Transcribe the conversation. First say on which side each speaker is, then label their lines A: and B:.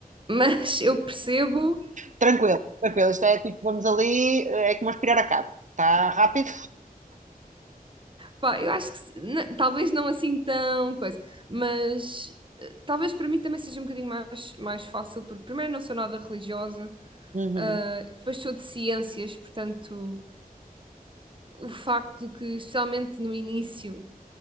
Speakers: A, on the right; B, on the right.
A: Mas <laughs> eu percebo.
B: Tranquilo, tranquilo. Isto é tipo, vamos ali, eh, é como aspirar a casa. Está rápido.
A: Pá, eu acho que se- na- talvez não assim tão coisa, mas eh, talvez para mim também seja um bocadinho mais, mais fácil, porque primeiro não sou nada religiosa,
B: Uhum.
A: ah, depois sou de ciências, portanto, o facto de que, especialmente no início,